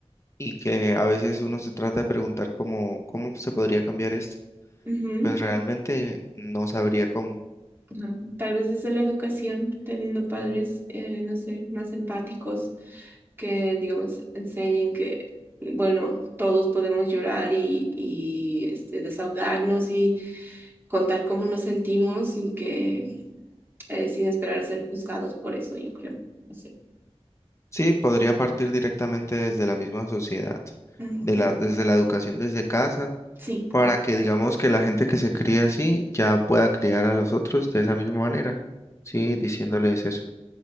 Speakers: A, on the left (about 25°); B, on the right (about 20°).
A: y que a veces uno se trata de preguntar cómo, cómo se podría cambiar esto.
B: Ujú,
A: Pues realmente no sabría cómo.
B: ajá. Tal vez desde la educación, teniendo padres, eh, no sé, más empáticos que, digamos, enseñen que, bueno, todos podemos llorar y, y, este, desahogarnos y contar cómo nos sentimos sin que, eh, sin esperar ser juzgados por eso, yo creo. No sé.
A: Sí, podría partir directamente desde la misma sociedad,
B: Ujú.
A: de la, desde la educación desde casa,
B: Sí,
A: para
B: de-
A: que digamos que la gente que se cría así ya pueda criar a los otros de esa misma manera, sí,
B: ujú.
A: diciéndoles eso.